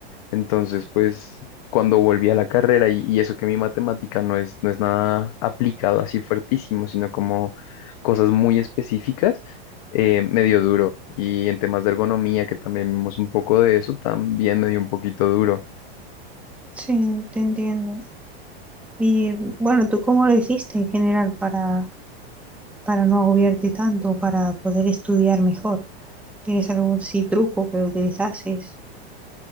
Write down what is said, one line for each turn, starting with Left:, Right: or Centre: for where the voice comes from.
Left: entonces, pues cuando volví a la carrera y, y eso que mi matemática no es, no es nada aplicado así fuertísimo, sino como cosas muy específicas, eh, me dio duro. Y en temas de ergonomía, que también vimos un poco de eso, también me dio un poquito duro.
Centre: Sí, te entiendo. Y bueno, ¿tú cómo lo hiciste en general para, para no agobiarte tanto, para poder estudiar mejor? ¿Tienes algún sí truco que utilizases?